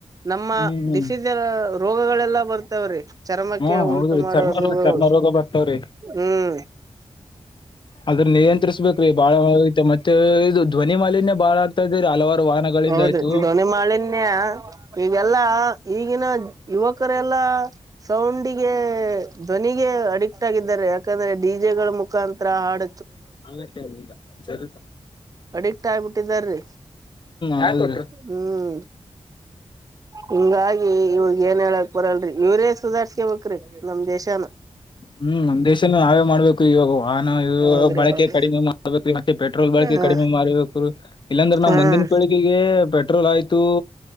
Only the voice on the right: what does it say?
ನಮ್ಮ
ಡಿಸೀಜ ರೋಗಗಳೆಲ್ಲಾ ಬರ್ತಾವ್ರಿ ಚರ್ಮಕ್ಕೆ
ಉಂಟು
ಮಾಡುವ
ರೋಗಗಳು
ಹ್ಮ್
ಹೌದ್ರಿ
ದೋನಿ ಮಾಳಿನ್ಯ ಈಗೆಲ್ಲಾ ಈಗಿನ ಯುವಕರೆಲ್ಲಾ ಸೌಂಡಿಗೆ ಧ್ವನಿಗೆ ಅಡಿಕ್ಟ್ ಆಗಿದ್ದಾರೆ ಯಾಕಂದ್ರೆ ಬೀಜೆಗಳ ಮುಖಾಂತರ ಹಾಡ
ಅಡಿಕ್ಟ್ ಆಗ್ಬಿಟ್ಟಿದ್ದಾರೀ
ಹ್ಮ್ ಹಿಂಗಾಗಿ ಇವಾಗ ಏನ್ ಹೇಳಕ್ ಬರಲ್ರಿ ಇವ್ರೇ ಸುಧಾರ್ಕ ಮುಕ್್ರಿ ನಮ್ ದೇಶಾನ
ಹೌದ್ರಿ
ಹೌದು
ಹ
ಹ್ಮ್